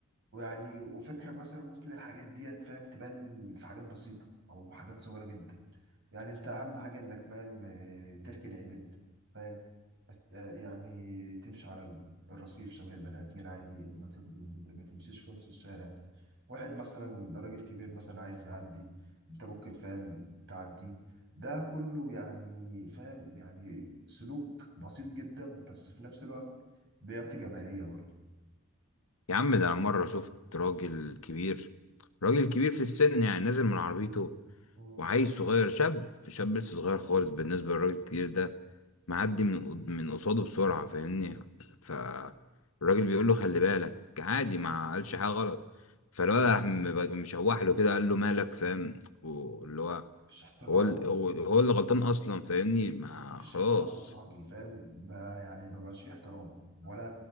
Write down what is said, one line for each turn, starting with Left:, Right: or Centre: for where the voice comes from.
Right: ويعني وفكرة مثلا ممكن الحاجات ديت فاهم تبان في حاجات بسيطة أو حاجات صغيرة جدا يعني أنت أهم حاجة إنك فاهم آه، تركن عدل فاهم بت- آه، يعني تمشي على ال- الرصيف شبه البني آدمين عادي ما تت- ما تمشيش في نص الشارع واحد مثلا راجل كبير مثلا عايز يعدي أنت ممكن فاهم تعديه ده كله يعني فاهم يعني سلوك بسيط جدا بس في نفس الوقت بيعطي جمالية برضه
Left: يا عم ده انا مره شفت راجل كبير راجل كبير في السن يعني نازل من عربيته
Right: مم.
Left: وعيل صغير شاب شاب لسه صغير خالص بالنسبة للراجل الكبير ده معدي من قد- من قصاده بسرعة فاهمني فالراجل بيقول له خلي بالك عادي ما قالش حاجة غلط فالولد
Right: مم.
Left: راح م- مشوح له كده قال له مالك فاهم واللي هو
Right: مفيش احترام
Left: هو ال- هو هو اللي غلطان أصلا فاهمني ما
Right: مفيش
Left: خلاص
Right: احترام يا صاحبي فاهم ما يعني ما بقاش فيه احترام ولا